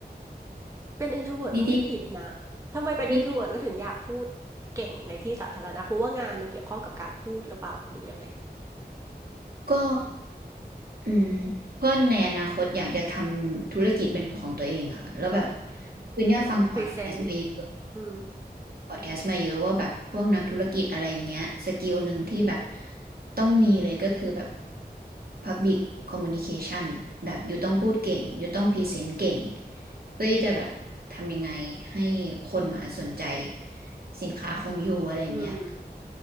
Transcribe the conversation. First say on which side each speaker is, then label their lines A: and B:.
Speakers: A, on the right; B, on the right.
A: เป็น introvert
B: นิด
A: ก็ไม่ผิดนะ ทำไมเป็น
B: ๆนี่
A: introvert แล้วถึงอยากพูดเก่งในที่สาธารณะเพราะว่างานมันเกี่ยวข้องกับการพูดหรือเปล่าหรือยังไง
B: ก็อืมเพร่ะนในอนาคตอยากจะทำธุรกิจเป็นของตัวเองอะค่ะแล้วแบบ
A: อ่า
B: คือเนี่ยฟังพอดแคสต์มาเยอะ
A: อาจจะต้องพรีเซนต์อืม
B: พอดแคสต์มาเยอะว่าแบบพวกนักธุรกิจอะไรเงี้ยสกิลหนึ่งที่แบบต้องมีเลยก็คือแบบ Public Communication แบบอยู่ต้องพูดเก่งอยู่ต้องพรีเซนต์เก่งเพื่อที่จะแบบทำยังไงให้คนมาสนใจสินค้าของยูอะไรเงี้ย
A: อืม